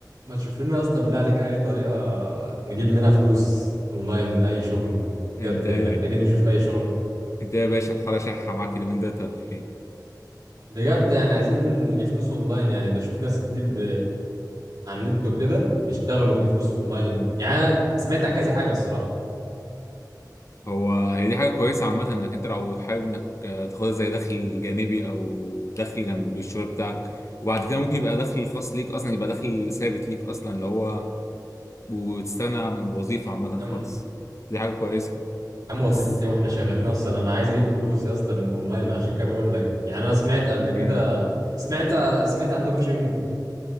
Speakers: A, on the right (about 65°); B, on the left (about 45°).
A: ما تشوف لنا يا اسطى بالله عليك اي طريقه نجيب منها فلوس اونلاين اي شغل
B: انت
A: بجد
B: ايه
A: محتاجين نشوف اي شغل
B: انت ايه يا باشا الحاله شحه معاك اليومين دولت ولا ايه
A: بجد يعني عايزين نجيب فلوس اونلاين يعني بشوف ناس كتير ب... على النت وكده بيشتغلوا بيجيبوا فلوس اونلاين يعني أنا سمعت عن كذا حاجه الصراحه
B: هو هي دي حاجه كويسه عامه انك انت لو حابب انك آه، تاخدها زي دخل جانبي او دخل جنب الشغل بتاعك وبعد كده ممكن يبقى دخل خاص ليك اصلا يبقى دخل ثابت ليك اصلا اللي هو وتستغنى عن الوظيفه عامه
A: عم
B: خالص دي حاجه كويسه
A: عم
B: بس
A: وظيفه ايه واحنا شغالين اصلا انا عايز اجيب فلوس يا اسطى من اونلاين عشان كده بقول لك يعني انا سمعت قبل كده
B: امم
A: سمعت سمعت عن دروب شيبينج